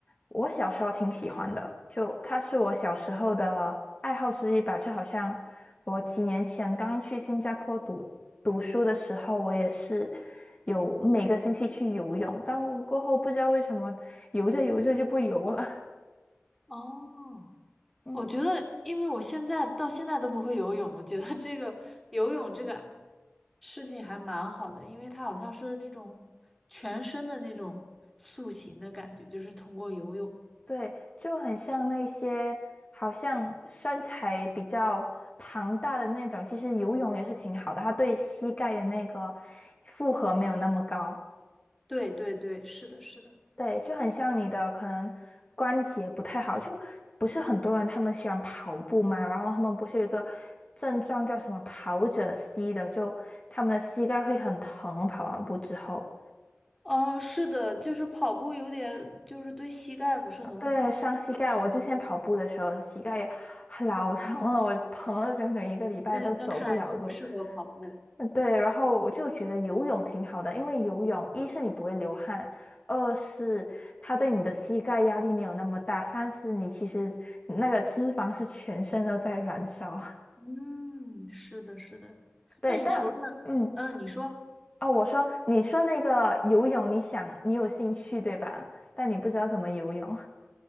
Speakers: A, on the left; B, in the centre.
A: 我小时候挺喜欢的，就它是我小时候的爱好之一吧。就好像我几年前刚去新加坡读读书的时候，我也是有每个星期去游泳，但过后不知道为什么游着游着就不游了。
B: 哦，
A: <laughs> 嗯，
B: 我觉得，因为我现在到现在都不会游泳，我觉得这个游泳这个事情还蛮好的，因为它好像是那种全身的那种塑形的感觉，就是通过游泳。
A: 对，就很像那些好像身材比较庞大的那种，其实游泳也是挺好的，它对膝盖的那个负荷没有那么高。
B: 对对对，是的，是的。
A: 对，就很像你的可能关节不太好，就不是很多人他们喜欢跑步嘛，然后他们不是有一个症状叫什么跑者膝的，就他们的膝盖会很疼，跑完步之后，
B: 哦，是的，就是跑步有点，就是对膝盖不是很好。
A: 对，伤膝盖。我之前跑步的时候膝盖也老疼了，我疼了整整一个礼拜都走不了路，
B: 那那看来就不适合跑步。
A: 嗯对，然后我就觉得游泳挺好的，因为游泳一是你不会流汗，二是它对你的膝盖压力没有那么大，三是你其实那个脂肪是全身都在燃烧。
B: 嗯，是的，是的。
A: <laughs> 对，
B: 那你除了，
A: 但嗯，
B: 嗯，你说
A: 哦，我说你说那个游泳，你想你有兴趣对吧？但你不知道怎么游泳。